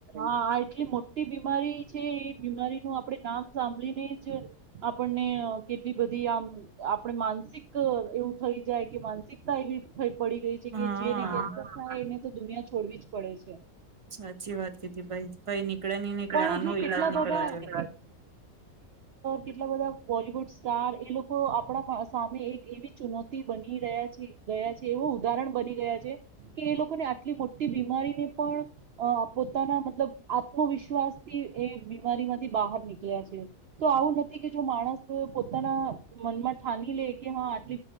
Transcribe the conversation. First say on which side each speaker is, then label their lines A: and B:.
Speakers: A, on the right; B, on the right.
A: આ એટલી મોટી બીમારી છે એ બીમારી. આપણે નામ સાંભળીને જ આપણને કેટલી બધી આમ આપણે માનસિક એવું થઈ જાય કે માનસિકતા એવી થ પડી ગઈ છે કે
B: હા
A: જે એને તો દુનિયા છોડવી જ. પડે છે.
B: સાચી વાત કીધી ભાઈ ભાઈ નીકળે નહી નીકળે
A: સા વાત
B: આનો
A: જો
B: ઈલાજ
A: કેટલા
B: નીકળવા
A: બધા
B: જોઈએ.
A: ક્રિકેટ કેટલા બધા ક્રિકેટ બોલીવુડ ચાર એ લોકો આપણા સામે એક એવી ચુનૌતી બની રહ્યા છે ગયા છે. એવું ઉદાહરણ બની ગયા છે કે એ લોકોને આટલી મોટી બીમારીને પણ પોતાના મતલબ આત્મવિશ્વાસ થી એ બીમારી માંથી બહાર નીકળ્યા છે તો આવું નથી કે જો માણસ પોતાના મનમાં ઠાની લે કે હા આટ